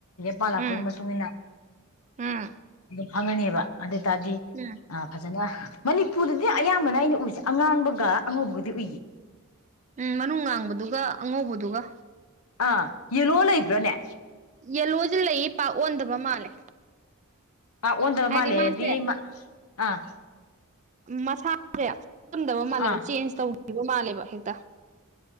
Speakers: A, on the left; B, on the right.
A: ꯄꯥꯜ ꯂꯥꯛꯄꯒꯤ
B: ꯎꯝ
A: ꯃꯇꯨꯡ ꯏꯟꯅ
B: ꯎꯝ
A: ꯑꯗꯨꯝ ꯈꯪꯉꯅꯤꯕ ꯑꯗ ꯇꯗꯤ
B: ꯎꯝ
A: ꯐꯖꯟꯅ ꯃꯅꯤꯄꯨꯔꯗꯗꯤ ꯑꯌꯥꯝꯕꯅ ꯑꯩꯅ ꯎꯏꯁꯦ ꯑꯉꯥꯡꯕꯒ ꯑꯉꯧꯕꯒꯗꯤ ꯎꯏꯌꯦ
B: ꯎꯝ ꯃꯅꯨꯡ ꯉꯥꯡꯕꯗꯨꯒ ꯑꯉꯧꯕꯗꯨꯒ
A: ꯍꯥꯥ ꯌꯦꯂꯣ ꯂꯩꯕ꯭ꯔꯥꯅꯦ
B: ꯌꯦꯜꯂꯣꯖꯦ ꯂꯩꯌꯦ ꯄꯥꯛ ꯑꯣꯟꯗꯕ ꯃꯥꯜꯂꯦ
A: ꯑꯣꯟꯗꯕ
B: ꯍꯥꯏꯗꯤ
A: ꯃꯥꯜꯂꯦꯗꯤ
B: ꯃꯥꯁꯦ
A: ꯑꯥ
B: ꯃꯁꯥꯥꯁꯦ ꯄꯨꯝꯗꯕ ꯃꯥꯜꯂꯦꯕ
A: ꯑꯥ
B: ꯆꯦꯟꯖ ꯇꯧ ꯂꯩꯕ ꯃꯥꯜꯂꯦꯕ ꯍꯦꯛꯇ